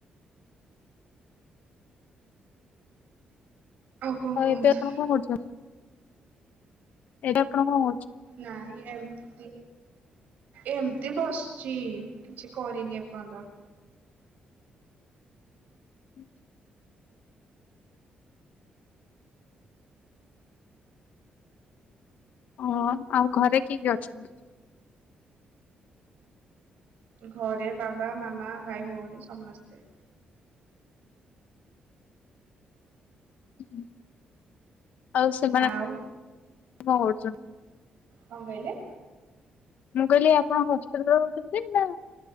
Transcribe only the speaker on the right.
କଣ
କୁହନ୍ତୁ?
ନାଇଁ ଏମତି ଏମିତି ବସିଛି କିଛି କରିନି ଏପଯ୍ୟନ୍ତ।
ଘରେ ବାବା ମାମା ଭାଇ ଭଉଣୀ ସମସ୍ତେ।
ଆଉ
କଣ କହିଲେ?